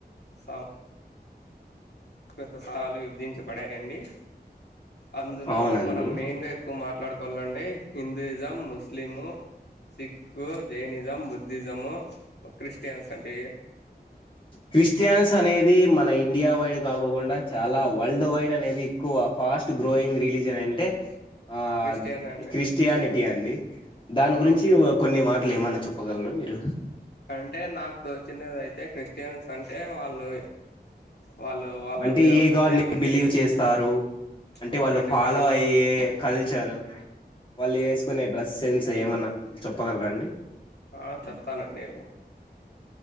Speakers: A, on the left (about 80°); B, on the left (about 30°).
A: సాం సృత సాలు విభజించబడాయండి అందులో
B: అవునండి
A: మనం మెయిన్ గా ఎక్కువ మాట్లాడుకోవాలంటే హిందూయిజం ముస్లిము సిక్కు జైనిస్ జం బుద్ధిసము క్రిస్టియన్స్ అండి
B: క్రిస్టియన్స్ అనేది మన ఇండియా వ వైడ్ కాకోకుండా చాలా వల్డ్ వైడ్ అనేది ఎక్కువ ఫాస్ట్ గ్రోయింగ్ రిలీజన్ అంటే ఆ
A: క్రిస్టియన్ అండి
B: క్రిస్టియానిటీ అండి దాని
A: అవునండి
B: గురించి ఓ కొన్ని మాటలు ఏమనా చొప్పగలరా మీరు
A: అంటే నాకు తోచినదయితే క్రిస్టియన్స్ అంటే వాళ్ళు వాళ్ళు వాళ్ళ
B: అంటే
A: దేవు
B: ఏ గాడ్
A: దేవుణ్ణి
B: ని బిలీవ్ చేస్తారు అంటే
A: అవునండి
B: వాళ్ళు ఫాలో
A: వాళ్ళ
B: అయ్యే కల్చర్ వాళ్ళు ఏసుకునే డ్రెస్ సెన్స్ ఏమన్నా చెప్పగలరా అండి
A: ఆ చెప్తానండి